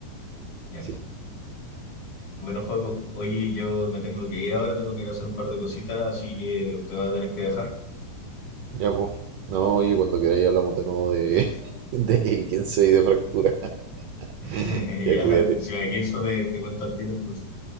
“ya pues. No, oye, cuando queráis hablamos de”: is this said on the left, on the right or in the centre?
Right